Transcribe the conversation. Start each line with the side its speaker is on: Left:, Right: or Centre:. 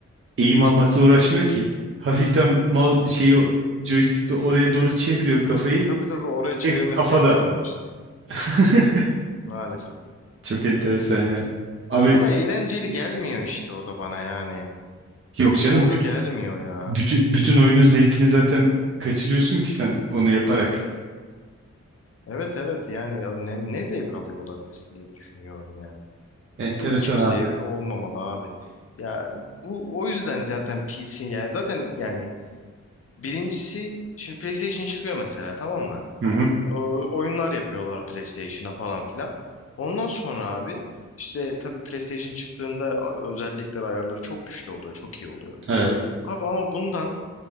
Right: eğim almakla uğraşmıyor ki. Hafiften mouse şeyi joystick'te oraya doğru çeviriyor kafayı.
Left: Tabii tabii oraya çevirmesi
Right: Ve kafada.
Left: yeter onun için.
Right: <laughs>
Left: Maalesef.
Right: Çok enteresan ya. Abi
Left: Ya ama eğlenceli gelmiyor işte o da bana yani.
Right: yok canım
Left: Doğru gelmiyor ya.
Right: bütün, bütün, oyunun zevkini zaten kaçırıyorsun ki sen onu yaparak.
Left: Evet evet yani ne, ne zevk alıyor olabilirsin diye düşünüyorum yani.
Right: Enteresan
Left: Hiçbir zevki
Right: abi.
Left: olmamalı abi. Ya bu o yüzden zaten PC yani zaten yani birincisi şimdi PlayStation çıkıyor mesela tamam mı?
Right: Hı hı.
Left: O- oyunlar yapıyorlar PlayStation'a falan filan. Ondan sonra abi işte tabii PlayStation çıktığında a- özellikleri ayarları çok güçlü oluyor, çok iyi oluyor.
Right: Evet.
Left: Abi ama bundan